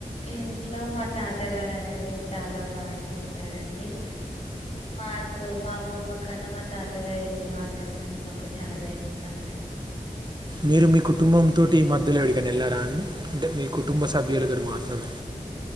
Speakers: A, on the left; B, on the right.
A: ఇంట్లో మా తాతగారు అనేది చాలా బాగా చేస్తారండి నిజంగా మ్మ్ మాకు మా అమ్మమ్మ కన్నా మా తాతగారు యేసే వంటకాలు మాకు చాలా ఇష్టం అండి
B: మీరు మీ కుటుంబంతోటి ఈ మధ్యలో యెడికన్నా యెళ్ళారా అండి అంటే మీ కుటుంబ సభ్యులతోటి మాత్రమే